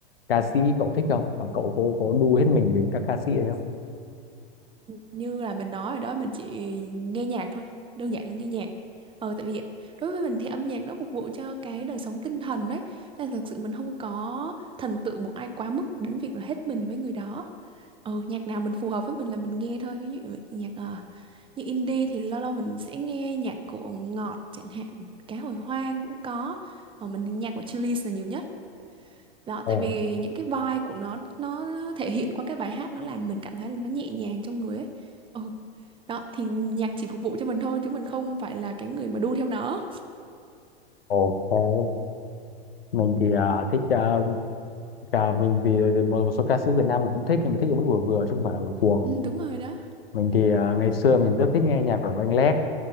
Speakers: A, on the left; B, on the right.
A: ca sĩ cậu thích không và cậu có có đu hết mình về các ca sĩ đấy không
B: như là mình nói rồi đó mình chỉ nghe nhạc thôi đơn giản là nghe nhạc ờ tại vì đối với mình thì âm nhạc nó phục vụ cho cái đời sống tinh thần đấy nên là thực sự mình không có thần tượng một ai quá mức đến việc là hết mình với người đó ờ nhạc nào mình phù hợp với mình là mình nghe thôi ví dụ nhạc ờ, như indie thì lâu lâu mình sẽ nghe nhạc của Ngọt chẳng hạn Cá Hồi Hoang cũng có ờ, mình nhạc của Chillies là nhiều nhất đó
A: Ồ,
B: tại vì những cái vibe của nó nó thể hiện qua cái bài hát nó làm mình cảm thấy là nó nhẹ nhàng trong người ấy Ừ, đó, thì nhạc chỉ phục vụ cho mình thôi chứ mình không phải là cái người mà đu theo nó.
A: ok mình thì à, thích à, cả mình thì, ờ, thì một số ca sĩ Việt Nam mình cũng thích nhưng mà thích ở mức vừa vừa chứ không phải ở cuồng
B: Ừ, đúng rồi đó.
A: mình thì à, ngày xưa mình rất thích nghe nhạc của Anh Lét